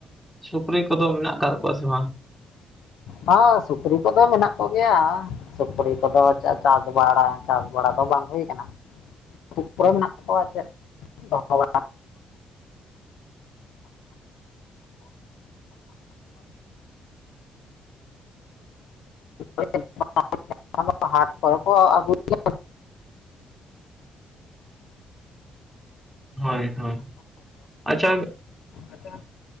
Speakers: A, in the centre; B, on the left.
A: ᱥᱩᱠᱨᱤ ᱠᱚᱫᱚ ᱢᱮᱱᱟᱜ ᱟᱠᱟᱫ ᱠᱚᱣᱟ ᱥᱮ ᱵᱟᱝ?
B: ᱦ ᱥᱩᱠᱨᱤ ᱠᱚᱫᱚ ᱢᱮᱱᱟᱜ ᱠᱚᱜᱮᱭᱟ᱾ ᱥᱩᱠᱨᱤ ᱠᱚᱫᱚ ᱪᱟᱥ ᱵᱟᱲᱟ ᱪᱟᱥ ᱵᱟᱲᱟ ᱫᱚ ᱵᱟᱝ ᱦᱩᱭ ᱟᱠᱟᱱᱟ᱾ ᱟᱛᱩ ᱠᱨᱮ ᱢᱮᱱᱟᱜ ᱠᱚᱣᱟ ᱪᱮᱫ ᱫᱚᱦᱚ ᱵᱟ <unintelligible> ᱦᱟᱴ ᱠᱚ ᱠᱚ ᱟᱹᱜᱩᱭᱟ᱾
A: ᱦᱳᱭ ᱦᱳᱭ ᱟᱪᱷᱟ᱾
B: ᱟᱪᱷᱟ